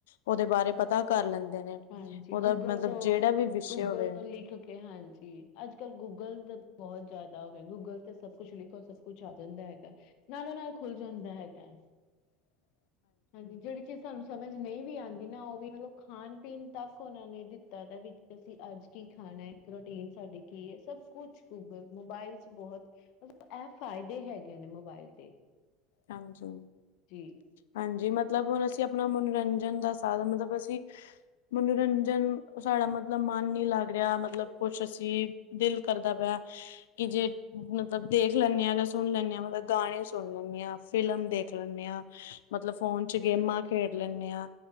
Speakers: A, on the left; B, on the left.
A: ਉਹਦੇ, ਬਾਰੇ ਪਤਾ ਕਰ ਲੈਂਦੇ ਨੇ।
B: ਹਾਂਜੀ,
A: ਉਹਦਾ
B: ਗੂਗਲ
A: ਮਤਲਬ
B: ਤੋਂ
A: ਜਿਹੜਾ ਵੀ ਵਿਸ਼ੇ
B: ਗੂਗਲ
A: ਹੋਵੇ
B: ਤੋਂ ਲਿਖ ਹਾਂਜੀ, ਅੱਜ ਕੱਲ੍ਹ ਗੂਗਲ ਬਹੁਤ ਜਿਆਦਾ ਹੋ ਗਿਆ, ਗੂਗਲ ਤੇ ਸਭ ਕੁਛ ਲਿਖੋ, ਸਭ ਕੁਛ ਆ ਜਾਂਦਾ ਹੈਗਾ। ਨਾਲੋਂ ਨਾਲ ਖੁੱਲ ਜਾਂਦਾ ਹੈਗਾ।
A: <inaudible>
B: ਹਾਂਜੀ, ਜਿਹੜੀ ਚੀਜ਼ ਤੁਹਾਨੂੰ ਸਮਝ ਨਹੀਂ ਵੀ ਆਉਂਦੀ ਨਾ, ਉਹ ਵੀ ਮਤਲਬ ਖਾਣ ਪੀਨ ਤੱਕ, ਉਹਨਾਂ ਨੇ ਦਿੱਤਾ ਦਯਾ, ਵਿੱਚ ਅਸੀਂ ਅੱਜ ਕੀ ਖਾਣਾ, ਕਰੂਟੀਨ ਸਾਡੀ ਕੀ ਹੈ, ਸਭ ਕੁਛ। ਗੂਗਲ, ਮੋਬਾਇਲ ਚ ਬਹੁਤ ਮਤਲਬ ਇਹ ਫਾਇਦੇ ਹੈਗੇ ਨੇ, ਮੋਬਾਇਲ ਦੇ।
A: ਹਾਂਜੀ।
B: ਜੀ।
A: ਹਾਂਜੀ, ਮਤਲਬ ਹੁਣ ਅਸੀਂ ਆਪਣਾ ਮਨੋਰੰਜਨ ਦਾ ਸਾਧਨ, ਮਤਲਬ ਅਸੀ। ਮਨੋਰੰਜਨ, ਸਾਡਾ ਮਤਲਬ ਮਨ ਨੀ ਲੱਗ ਰਿਹਾ। ਮਤਲਬ ਕੁਛ ਅਸੀਂ ਦਿਲ ਕਰਦਾ ਪਿਆ। ਕਿ ਜੇ ਮਤਲਬ ਦੇਖ ਲੈਣੇ ਹਾਂ, ਜਾਂ ਸੁਣ ਲੈਣੇ ਮਤਲਬ ਸੁਣ ਗਾਣੇ ਲੈਂਣੇ ਆ। ਫ਼ਿਲਮ ਦੇਖ ਲੈਣੇ ਆ, ਮਤਲਬ ਫੋਨ ਚ ਗੇਮਾਂ ਖੇਡ ਲੈਣੇ ਆ,